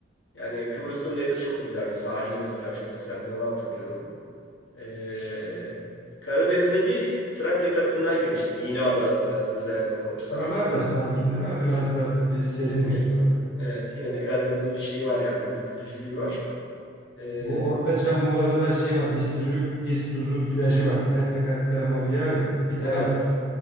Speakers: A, on the left; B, on the left.
A: Yani Kıbrıs'ın denizi çok güzeldi. Sahili mesela çok güzeldi. Onu hatırlıyorum. Ee, Karadeniz'e bir Trakya tarafından girmiştim. İna'da da güzel o sahil.
B: Buralar da sakindir ama biraz daha tabii serindir
A: Yine-
B: suları.
A: Evet, yine de Karadeniz bir şeyi var yani bir ürkütücülüğü var. Ee,
B: Bu Ortaca Muğla'da da şey var. İztuzu, İztuzu plajı var. Caretta Caretta'nın olduğu yer var ya. Bir taraf
A: evet,